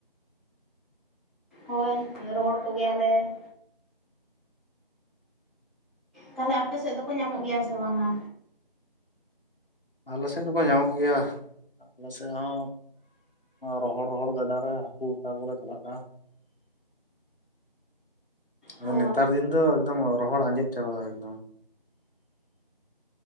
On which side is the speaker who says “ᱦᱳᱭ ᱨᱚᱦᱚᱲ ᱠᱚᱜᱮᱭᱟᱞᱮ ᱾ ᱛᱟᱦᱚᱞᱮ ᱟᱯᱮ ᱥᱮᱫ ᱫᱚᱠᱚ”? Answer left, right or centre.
Centre